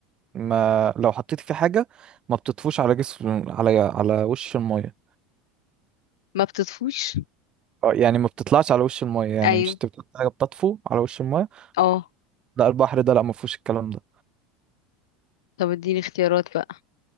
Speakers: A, on the right; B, on the left.
A: ما لو حطيت فيه حاجه ما بتطفوش على جسم على على وش الميه
B: ما بتطفوش
A: آه، يعني ما بتطلعش على وش الميه يعني
B: ايوه
A: مش انت بتحط حاجه بتطفو على وش الميه
B: اه
A: لا البحر ده لا ما فيهوش الكلام ده
B: طب اديني اختيارات بقى